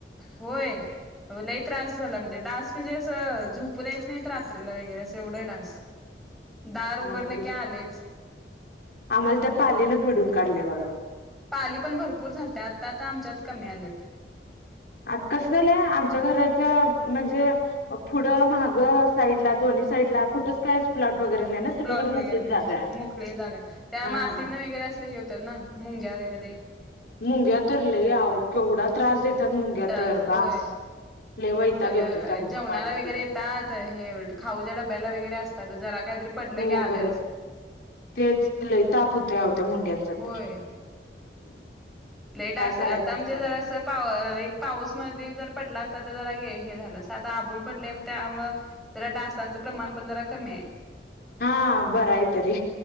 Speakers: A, in the centre; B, on the left (about 55°).
A: होय लय त्रास झाला म्हणजे डास म्हणजे असं झोप द्यायच नाही रात्रीला वगैरे अस तेवढे डास.. दार
B: अवघडच
A: उघडलं की आलेच
B: आम्हाला त्या पालीन फिडून काढलेय बघा?
A: पाली पण भरपूर झालत आता आता आमच्यात कमी आलेत
B: आता कस झालंय आमच्या घराच्या म्हणजे पुढं महाग साईडला दोन्ही साईडला कुठच काय प्लॉट.. वगैरे नाही ना सगळीकडे
A: प्लॉट वगैरे
B: मोकळीच
A: नाही
B: जागा आहे.
A: मोकळी जागा त्या
B: हा
A: मातीने वगैरे असं हे होतं ना मुंग्या.. कडे.
B: मुंग्या तर लय आव केवढा त्रास देतात. मुंग्या
A: त्रास
B: तर
A: होय
B: बास. लई वैताग
A: सगळं
B: येतोय त्यांना
A: जेवणाला
B: काढूस
A: वगैरे येतात, हे खाऊच्या डब्याला वगैरे असतात.. तर जरा काहीतरी पडलं
B: होय
A: की आल्याच
B: तेच लई ताप होतोय अहो मुंग्यांचा
A: होय
B: तर <unintelligible>
A: लेट
B: काय
A: अस
B: करायचं
A: आता
B: आणि
A: म्हणजे
B: काय
A: जरासं
B: नाही.
A: पाऊस मध्ये जर पडला असता तर जरा हे झालं अस आता आभूळ पडले त्यामुळ जरा डासांचं प्रमाण पण जरा कमी.
B: हा बराय तरी